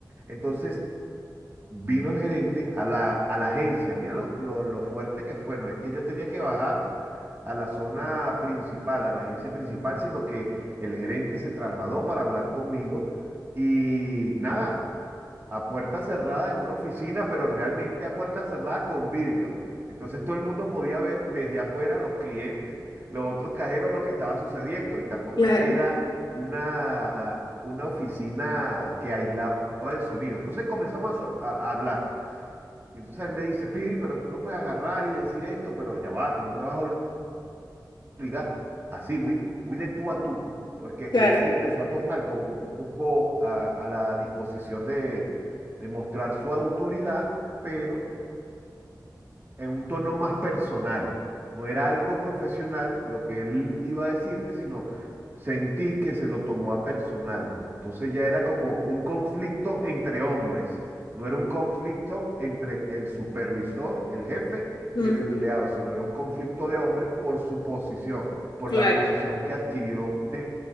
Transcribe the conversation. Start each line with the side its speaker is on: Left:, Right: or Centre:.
Right: Entonces vino el gerente a la, a la agencia, mira lo, lo- lo fuerte que fue, no es que yo tenía que bajar a la zona principal, a la agencia principal, sino que el gerente se trasladó para hablar conmigo y nada, a puerta cerrada en una oficina, pero realmente a puerta cerrada con vidrio. Entonces todo el mundo podía ver desde afuera los clientes, los otros cajeros, lo que estaba sucediendo y tampoco
Left: claro,
Right: es que era una, una oficina que aislaba el sonido. Entonces comenzamos a, sor- a- a hablar. Y entonces él me dice, Pidi, pero tú no puedes agarrar y decir esto, pero ya va, tú no me vas a ligar así, muy, muy de tú a tú, porque
Left: claro,
Right: él se empezó a tornar como un poco a, a la disposición de, de mostrar su autoridad, pero en un tono más personal. No era algo profesional lo que él iba a decirme, sino sentí que se lo tomó a personal. Entonces ya era como un conflicto entre hombres, no era un conflicto entre el supervisor, el jefe
Left: ujú,
Right: y el empleado, sino era un conflicto de hombre por su posición, por
Left: claro,
Right: la posición que adquirió de